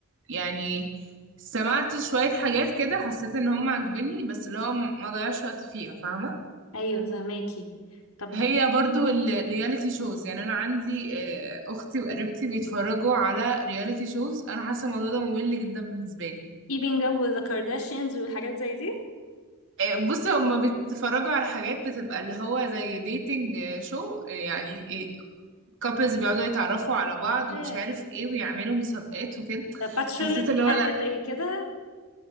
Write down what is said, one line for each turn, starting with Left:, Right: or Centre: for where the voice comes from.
Right: يعني سمعت شوية حاجات كده حسيت ان هم عاجبني بس اللي هو ما ضيعش وقت فيها فاهمة
Left: ايوه فهماكي طب
Right: هي برضو الرياليتي شوز يعني انا عندي آه، اختي وقريبتي بيتفرجوا على رياليتي شوز انا حاسه الموضوع ده ممل جدا بالنسبه لي
Left: keeping up with the Kardashians والحاجات زي دي
Right: آه، بصي هما بيتفرجوا على حاجات بتبقى اللي هو زي ديتنج شو يعني كابلز بيقعدوا يتعرفوا على بعض
Left: ياه
Right: ومش عارف ايه ويعملوا مسابقات وكده
Left: ده باتشرلت
Right: حسيت اللي هو
Left: حاجة
Right: لا
Left: زي كده